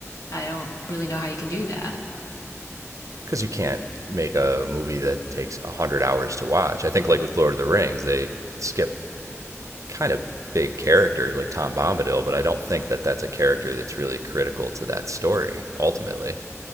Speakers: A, on the left; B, on the right.
A: I don't really know how you can do that.
B: Because you can't make a movie that takes 100 hours to watch. I think, like with Lord of the Rings, they skip kind of big characters like Tom Bombadil, but I don't think that that's a character that's really critical to that story, ultimately.